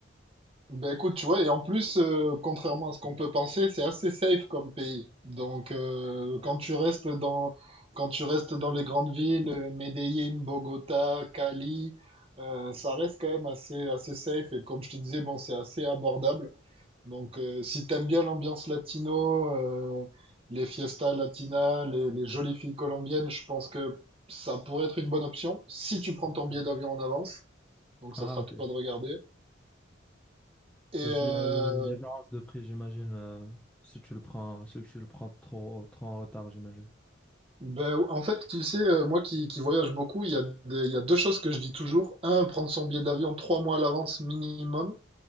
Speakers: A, on the right; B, in the centre.
A: Ben écoute, tu vois, et en plus, euh, contrairement à ce qu'on peut penser, c'est assez safe comme pays. Donc, euh,
B: C'est vrai,
A: quand
B: hein,
A: tu restes dans, quand tu restes dans les grandes villes, euh, Medellín, Bogota, Cali, euh, ça reste quand même assez, assez safe. Et comme je te disais, bon, c'est assez abordable. Donc, euh, si t'aimes bien l'ambiance latino, euh, les fiestas latinas, les, les jolies filles colombiennes, je pense que ça pourrait être une bonne option si tu prends
B: c'est
A: ton
B: sûr.
A: billet d'avion en avance. Donc,
B: Ah,
A: ça sera
B: ok.
A: à toi de regarder. Et, euh,
B: Parce qu'il y a il y a une différence de prix, j'imagine, euh, si tu le prends, si tu le prends trop, trop en retard, j'imagine.
A: Ben, en fait, tu sais, euh, moi qui, qui voyage beaucoup, il y a des- il y a deux choses que je dis toujours. Un, prendre son billet d'avion trois mois à l'avance minimum.